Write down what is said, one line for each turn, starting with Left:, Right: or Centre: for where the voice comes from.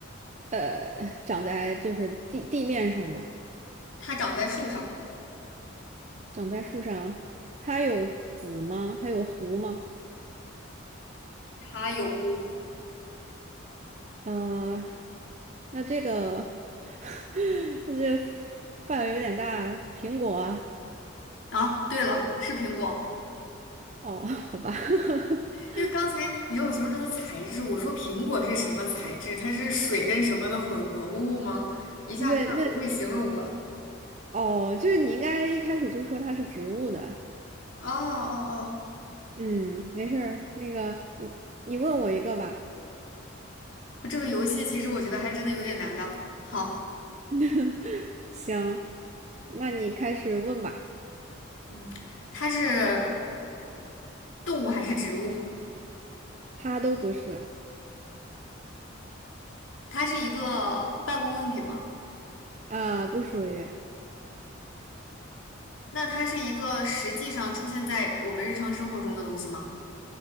Right: 呃，长在就是地地面上的？
Left: 它长在树上，
Right: 长在树上，它有籽吗？它有核吗？
Left: 它有核
Right: 嗯、呃那这个，<laughs> 那这范围有点大。苹果啊
Left: 啊。对了，是苹果。
Right: 哦，<laughs> 好吧，<laughs>
Left: 因为刚才你让我形容它的材质，我说苹果是什么材质？它是水跟什么的混合物吗？一下子有点不会形容了。
Right: 不是，那哦，就是你应该一开始就说它是植物的。
Left: 哦哦哦，
Right: 嗯，没事儿。那个，你你问我一个吧。
Left: 这个游戏其实我觉得还真的有点难的。好，
Right: <laughs> 行，那你开始问吧。
Left: 嗯，它是动物还是植物？
Right: 它都不是，
Left: 它是一个办公用品吗？
Right: 啊、不属于，
Left: 那它是一个实际上出现在我们日常生活中的东西吗？